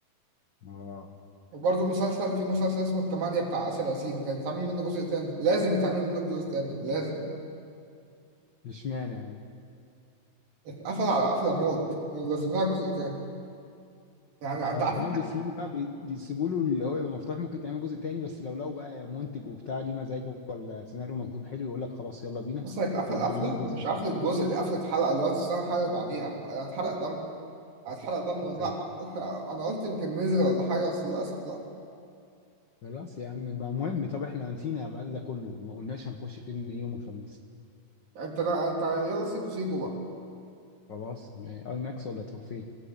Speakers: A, on the left; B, on the right.
A: اه
B: وبرضه مسلسل في مسلسل اسمه التمانية بتاع آسر ياسين كان يتعمل منه جزء تاني لازم يتعمل منه جزء تاني لازم
A: مش مانع يعني
B: اتقفل على قفلة موت لازم لها جزء تاني يعني أنت
A: اه
B: عارف
A: فهم بيسيبوا بقى بي- بيسيبوا له اللي هو يبقى مفتوح ممكن تعمل جزء تاني بس لو لقوا بقى منتج وبتاع ليه مزاجه ولا سيناريو مكتوب حلو يقول لك خلاص يلا بينا
B: اصلا اتقفل
A: قاموا
B: قفله
A: عاملين الجزء
B: مش
A: التاني
B: قفله الجزء دي قفله الحلقه اللي هو تستنى الحلقه اللي بعديها انا اتحرق دم اتحرق دم والله
A: ايوه
B: <laughs> انا قلت يمكن نزل ولا حاجه بس للاسف لا
A: خلاص يا عم بقى مهم طب احنا نسينا بعد ده كله ما قلناش هنخش فيلم ايه يوم الخميس
B: انت ده انت يلا سيكو سيكو بقى
A: خلاص يعني اي ماكس ولا تروح فين